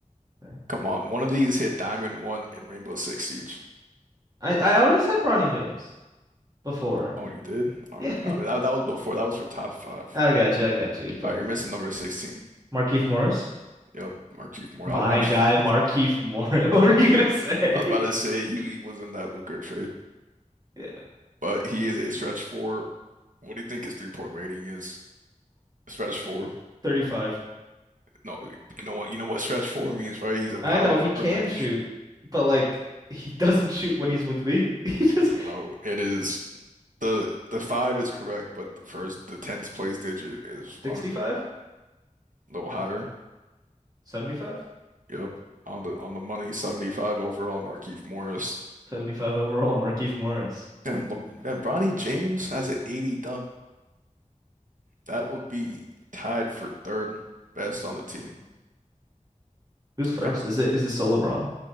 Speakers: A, on the right; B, on the right.
A: Yeah.
B: Come on, one of these hit Diamond One in Rainbow Six Siege.
A: I I already said Bronny James before.
B: Oh, you did? All
A: Yeah,
B: right. I mean, that, that was before. That was for top five.
A: <laughs> I got you. I got you. But
B: Uh, you're
A: like,
B: missing number 16.
A: Markeith Morris.
B: Yep, Markieff Moore.
A: My
B: I was about
A: guy,
B: to,
A: Markieff
B: <laughs>
A: Morris. <laughs> What were you gonna say?
B: I was about
A: <laughs>
B: to say he, he was in that Luka trade,
A: Yeah,
B: but he is a stretch four. What do you think his three point rating is? Stretch four.
A: 35.
B: What- No, you know what? You know what stretch four means, right? He's a
A: I
B: power
A: know he
B: forward
A: can
B: that can
A: shoot,
B: shoot.
A: but like he doesn't shoot when he's with me. <laughs> He just
B: No, it is the the five is correct, but the first the tens place digit is
A: sixty-five,
B: wrong. A little higher.
A: seventy-five,
B: Yep, on the on the money. 75 overall. Markieff Morris.
A: seventy-five overall, Markieff Morris.
B: And Le man, Bronny James has an 80 dunk. That would be tied for third best on the team.
A: Who's first?
B: Kind of
A: Is it is it still LeBron?